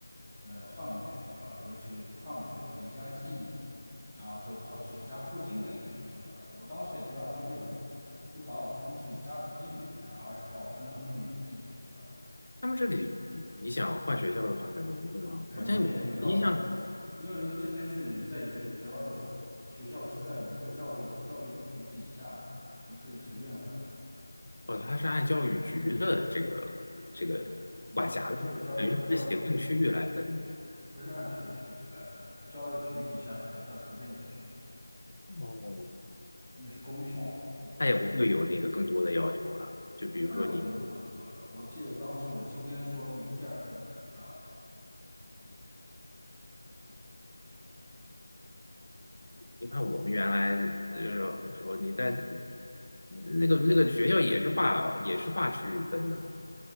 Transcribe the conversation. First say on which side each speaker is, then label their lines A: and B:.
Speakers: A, in the centre; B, on the left.
A: 呃，换个学校，尤其换个学校离家近一点，然后就跑去家附近的那个学校了。我当时也不知道他为什么不把我分去家附近的学校，而是把我分到那么远的一个学校。
B: 他们这里你想换学校的话很容易吗？
A: 很容易，
B: 好像我印象
A: 你告诉，因为这边是以在一个，只要学校是在一个教育教育局底下的，你可以随便换学校。
B: 哦，它是按教育局的这个这个管辖的，
A: 对，你只要是这个教育教育局。
B: 等于是行政区域来分的。
A: 对，不是按学区是来分的，教育局底下学校随便你选，
B: 哦，
A: 因为是公校嘛，所以就
B: 它也不会有那个更多的要求啊。就比如说你，
A: 不会有更多的要求了。我记得当时我今天说明，第二天我就转校了。
B: 你看我们原来呃时候，你在那个那个学校也是划也是划区域分的嘛。